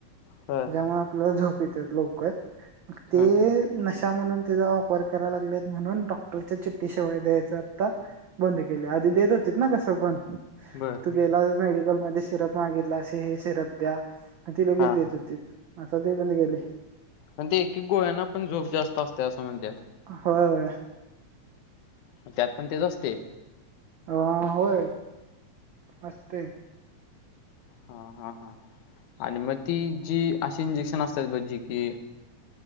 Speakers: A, on the left; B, on the right.
A: बर
B: त्यामुळे आपला झोप येते लवकर. ते
A: हा
B: न म्हणून त्याचा वापर कराला लागल्यात, म्हणून डॉक्टरच्या चिठ्ठी शिवाय द्यायच आता बंद केले. आधी देत होतीत ना कसं पण.
A: बर
B: तू गेला, मेडिकलमध्ये सिरप मागितला, असे हे सिरप द्या. ती लगेच
A: हा
B: देत होतीत. आता ते पण गेलय.
A: पण ते एक एक गोळ्यांना पण झोप जास्त असत्या असं म्हणत्यात.
B: होय. होय.
A: त्यात पण तेच असतय.
B: अ होय, मस्त हे.
A: हा. हा. हा. आणि मग ती जी अशी इंजेक्शन असत्यात, ब जी की,